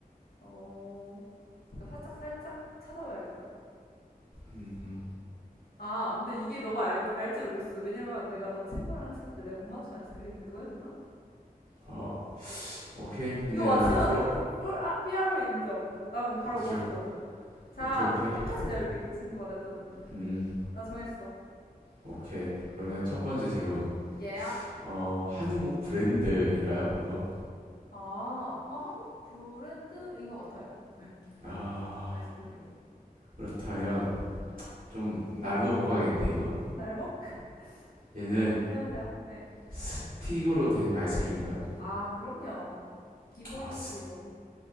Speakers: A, on the left; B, on the right.
A: 어, 잠깐, 살짝, 살짝 찾아봐야겠다.
B: 음, 음.
A: 아, 근데 이게 너가 알, 알지 모르겠어. 왜냐면 내가 너 친구랑 했을 때 내가 못 맞추나 해서 그랬는데 그거 해도 되나?
B: 어, 오케이.
A: 이거
B: 근데
A: 맞추면
B: 나는 프로.
A: 풀, 아, 피아로 인정. 나는 뭐 바로
B: 그렇죠.
A: 못 맞췄거든. 자,
B: 오케이, 오케이.
A: 똑같이 내볼게. 그 친구가 냈던 문제.
B: 음,
A: 나 정했어.
B: 오케이. 그러면 첫 번째 질문.
A: 얘야?
B: 어, 한국 브랜드인가요? 이거?
A: 아, 어, 한국 브랜드인 것 같아요. 네,
B: 아,
A: 아이스크림이.
B: 그렇다면 좀 날로 먹어야겠는데, 이거?
A: 날먹? <laughs>
B: 얘는
A: 해보, 해보세요. 네.
B: 스틱으로 된 아이스크림인가요?
A: 아, 그럼요. 기본이죠,
B: 아, 스,
A: 기본.